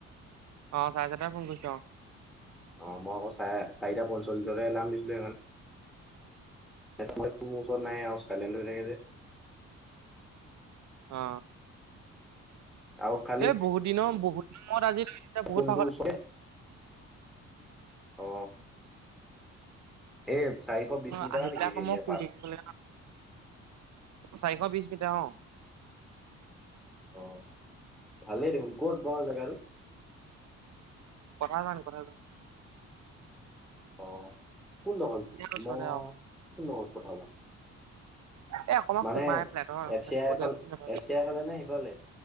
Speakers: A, on the right; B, in the centre.
A: অ চাৰে চাৰিটাতে ফোন কৰিছোঁ অ।
B: অ, মই আকৌ চাৰে চাইটা পঞ্চল্লিছলে এলাম দিছিলে সেইখন। মই ফোন ওচৰত নাই আৱ চাইলেন হৈ থাকে যে।
A: অ।
B: আৰু খালি
A: এ বহুত দিনৰ বহুত দিনৰমুৰত আজি তুমি। বহুত
B: ফোনটো
A: ভাগৰ।
B: ওচৰত অ এই চাৰিশ বিশ
A: অ
B: মিটাৰ
A: আহি
B: নেকি
A: পেলাই আকৌ
B: হেৰি
A: মই
B: এপাক
A: শুই থাকিবলে আ চাৰিশ বিশ মিটাৰ অ।
B: অ ভালেই দেখোন ক'ত বাৰু জেগাটো?
A: কঠাজান কঠাজান।
B: অ কোন দখৰ
A: ইয়াৰ ওচৰতে
B: ম!
A: আৰু
B: কোন দখৰ কঠাজান?
A: এ অকমান
B: মানে
A: সোমাই ফ্লেটৰ
B: এফ
A: মানে
B: চিয়াই
A: কলে
B: ফালে,
A: বুজি নাপাবি
B: এফ চিয়াই ফালে নে সিফালে?